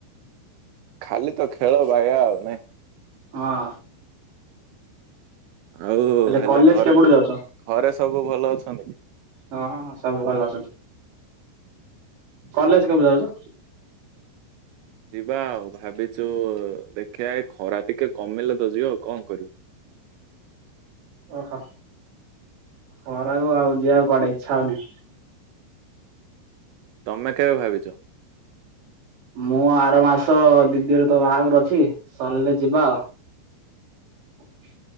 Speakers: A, on the right (about 80°); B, on the right (about 60°).
A: ଖାଲି ତ ଖେଳ ବାଇୟା ଆଉ ନାଇଁ।
B: ହଁ ।
A: ଆଉ ହେଲେ
B: କଲେଜ
A: ଘରେ
B: କେପଠୁ ଯାଉଛ?
A: ଘରେ ସବୁ ଭଲ ଅଛନ୍ତି କି?
B: ହଁ ହଁ ସବୁ ଭଲ ଅ କଲେଜ କେବୁ ଯାଉଛ
A: ଯିବା ଆଉ ଭାବିଛୁ ଦେଖିବା ଖରା ଟିକେ କମେଇିଲେ ତ ଯିବ ଆଉ କଣ କରିବ?
B: ଓହୋ ଖରାକୁ ଆଉ ଯିବାକୁ କୁଆଡେ ଇଚ୍ଛା ହଉନି
A: ତମେ କେବେ ଭାବିଛ
B: ମୁଁ ଆର ମାସ ଦିଦି ର ତ ବାହାଘର ଅଛି ସରିଲେ ଯିବା ଆଉ ।